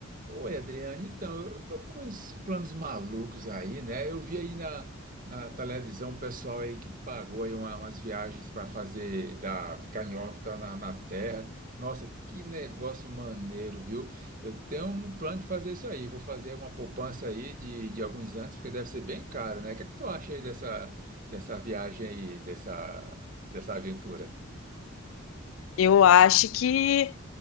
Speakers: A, on the right; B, on the left.
A: Oi, Adriane, então, eu tô com uns planos malucos aí, né? Eu vi aí na, na televisão o pessoal aí que pagou aí uma- umas viagens para fazer, da, ficar em órbita na, na Terra. Nossa, que negócio maneiro, viu? Eu tenho um plano de fazer isso aí. Vou fazer uma poupança aí de, de alguns anos, porque deve ser bem caro, né? O que é que tu acha aí dessa, dessa viagem aí, dessa, dessa aventura?
B: Eu acho que